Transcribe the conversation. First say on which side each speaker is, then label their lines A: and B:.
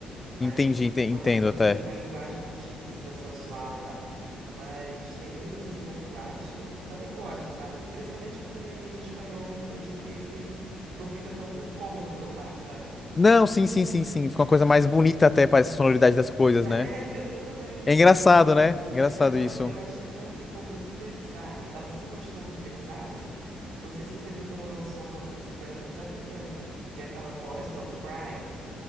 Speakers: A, on the right; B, on the left.
A: Mas
B: Entendi, ente- entendo
A: quando é muito
B: até.
A: assim, uma linguagem muito explícita, sensual e tal. Mas tem uns assim atuais que eu também gosto, sabe? Principalmente quando é em espanhol ou em inglês, porque aí não fica tão incômodo cantar, sabe? Você-
B: Não,
A: você-
B: sim, sim, sim, sim. Fica uma coisa
A: <laughs>
B: mais bonita até, parece a sonoridade das coisas,
A: É,
B: né?
A: exatamente.
B: É engraçado, né? Engraçado
A: E- Mas ela,
B: isso.
A: eu achei que ela ficou muito versátil, ela se mostrou muito versátil. Não sei se você viu quando ela lançou uma música, já tem um tempo, que é aquela Boys Don't Cry,